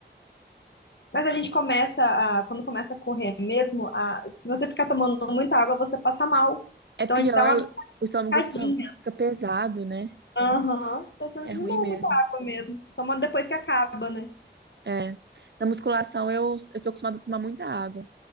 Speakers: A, on the left; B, on the right.
A: Mas a gente começa a, quando começa a correr mesmo, a, se você ficar tomando muita água, você passa mal.
B: É
A: Então,
B: pior,
A: a gente dá uma
B: o estômago
A: brincadinha.
B: fica, fica pesado, né?
A: Aham. Então, você
B: É ruim
A: não toma
B: mesmo.
A: muita água mesmo. Toma depois que acaba, né?
B: É. Na musculação eu, eu estou acostumada a tomar muita água